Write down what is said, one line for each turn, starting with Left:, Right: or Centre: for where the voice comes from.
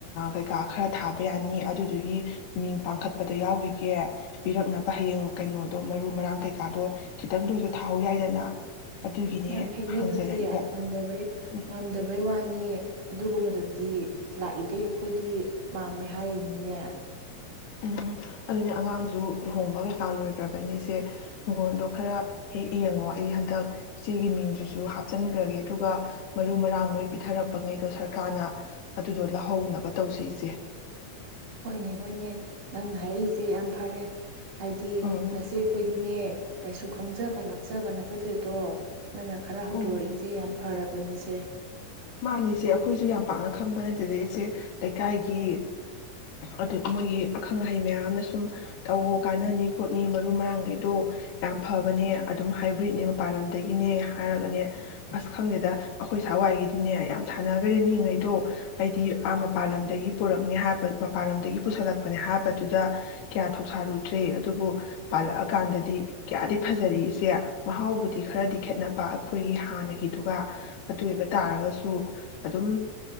Left: ꯀꯩꯀꯥ ꯈꯔ ꯊꯥꯕ ꯌꯥꯅꯤ ꯑꯗꯨꯗꯨꯒꯤ ꯃꯤꯡ ꯄꯥꯡꯈꯠꯄꯗ ꯌꯥꯎꯈꯤꯒꯦ ꯄꯤꯔꯛꯅꯕ ꯍꯌꯦꯡ ꯀꯩꯅꯣꯗꯣ ꯃꯔꯨ ꯃꯔꯥꯡ ꯀꯩꯀꯥꯗꯣ ꯈꯤꯇꯪꯗ ꯑꯣꯏꯁꯨ ꯊꯥꯍꯧ ꯌꯥꯏꯗꯅ ꯑꯗꯨꯒꯤꯅꯦ
Right: ꯌꯥꯝ ꯐꯩꯅꯦ
Left: ꯍꯪꯖꯔꯛꯏꯕ
Right: ꯑꯗꯨꯗꯤ ꯉꯝꯗꯕꯩ
Left: ꯎꯝ
Right: ꯉꯝꯗꯕꯩ ꯋꯥꯅꯤꯌꯦ ꯑꯗꯨꯒꯨꯝꯕꯗꯨꯗꯤ ꯂꯥꯛꯏꯈꯩ ꯑꯩꯈꯣꯏꯗꯤ ꯄꯥꯝꯃꯦ ꯍꯥꯏꯔꯤꯅꯤꯉꯦ
Left: ꯎꯝ ꯑꯗꯨꯅꯦ ꯑꯉꯥꯡꯁꯨ ꯂꯨꯍꯣꯡꯕ ꯀꯩꯀꯥ ꯂꯣꯏꯈ꯭ꯔꯕꯅꯤ ꯏꯆꯦ ꯍꯤꯡꯒꯣꯟꯗꯣ ꯈꯔ ꯍꯦꯛ ꯌꯦꯡꯉꯣ ꯑꯩ ꯍꯟꯗꯛ ꯏꯆꯦꯒꯤ ꯃꯤꯡꯁꯤꯁꯨ ꯍꯥꯞꯆꯤꯟꯈ꯭ꯔꯒꯦ ꯑꯗꯨꯒ ꯃꯔꯨ ꯃꯔꯥꯡ ꯃꯣꯏ ꯄꯤꯊꯔꯛꯄ ꯉꯩꯗꯣ ꯁꯔꯀꯥꯔꯅ ꯑꯗꯨꯗꯣ ꯂꯧꯍꯧꯅꯕ ꯇꯧꯁꯤ ꯏꯆꯦ
Right: ꯍꯣꯏꯅꯦ ꯍꯣꯏꯅꯦ ꯅꯪꯅ ꯍꯥꯏꯔꯛꯏꯁꯦ ꯌꯥꯝ ꯐꯔꯦ ꯍꯥꯏꯗꯤ
Left: ꯎꯝ
Right: ꯅꯁꯦ ꯑꯩꯈꯣꯏꯗꯤꯅꯦ ꯀꯩꯁꯨ ꯈꯪꯖꯕ ꯂꯥꯛꯆꯕ ꯅꯦ ꯆꯠ ꯆꯗꯦꯗꯣ ꯅꯅ ꯈꯔ ꯍꯧꯗꯣꯔꯛꯏꯁꯦ
Left: ꯑꯣ
Right: ꯌꯥꯝ ꯐꯔꯕꯅꯤꯁꯦ
Left: ꯃꯥꯅꯤꯁꯦ ꯑꯩꯈꯣꯏꯁꯨ ꯌꯥꯝ ꯄꯥꯛꯅ ꯈꯪꯕ ꯅꯠꯇꯦꯗ ꯏꯆꯦ ꯂꯩꯀꯥꯏꯒꯤ ꯑꯗꯨ ꯃꯣꯏꯒꯤ ꯑꯈꯪ ꯑꯍꯩ ꯃꯌꯥꯝꯅ ꯁꯨꯝ ꯇꯧꯋ ꯀꯥꯟꯅꯅꯤ ꯈꯣꯠꯅꯤ ꯃꯔꯨ ꯃꯔꯥꯡꯉꯩꯗꯣ ꯌꯥꯝ ꯐꯕꯅꯦ ꯑꯗꯨꯝ ꯍꯥꯏꯕ꯭ꯔꯤꯠꯅꯦ ꯃꯄꯥꯟ ꯂꯝꯗꯒꯤꯅꯦ ꯍꯥꯏꯔꯒꯅꯦ ꯑꯁ ꯈꯪꯗꯦꯗ ꯑꯩꯈꯣꯏ ꯁꯋꯥꯏꯒꯤꯗꯤ ꯑꯗꯨꯅꯦ ꯌꯥꯝ ꯁꯥꯟꯅꯈꯔꯦ ꯃꯤꯉꯩꯗꯣ ꯑꯩꯗꯤ ꯑꯥ ꯃꯄꯥꯟ ꯂꯝꯗꯒꯤ ꯄꯨꯔꯛꯅꯦ ꯍꯥꯏꯕ ꯃꯄꯥꯟ ꯂꯝꯗꯒꯤ ꯄꯨꯁꯜꯂꯛꯄꯅꯦ ꯍꯥꯏꯕꯗꯨꯗ ꯀꯌꯥ ꯊꯧꯁꯥꯔꯨꯗ꯭ꯔꯦ ꯑꯗꯨꯕꯨ ꯄꯥꯜꯂꯛꯑꯀꯥꯟꯗꯗꯤ ꯀꯌꯥꯗꯤ ꯐꯖꯔꯛꯏꯁꯦ ꯃꯍꯥꯎꯕꯨꯗꯤ ꯈꯔꯗꯤ ꯈꯦꯠꯅꯕ ꯑꯩꯈꯣꯏꯒꯤ ꯍꯥꯟꯅꯒꯤꯗꯨꯒ ꯑꯗꯨ ꯑꯣꯏꯕ ꯇꯥꯔꯒꯁꯨ ꯑꯗꯨꯝ